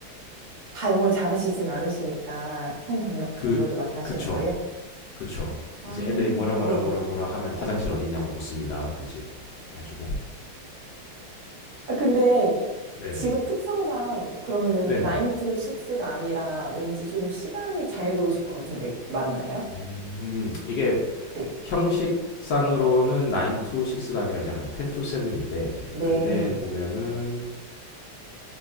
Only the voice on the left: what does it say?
예그그
그쵸
그쵸
이제 애들이 뭐라 뭐라
뭐라 뭐라 하면 화장실 어디 있냐고 묻습니다라고 이제 해주고
네네
네네
음 이게
형식상으로는 9 to 6가 아니라 이제 한 10 to 7인데
근데 보면은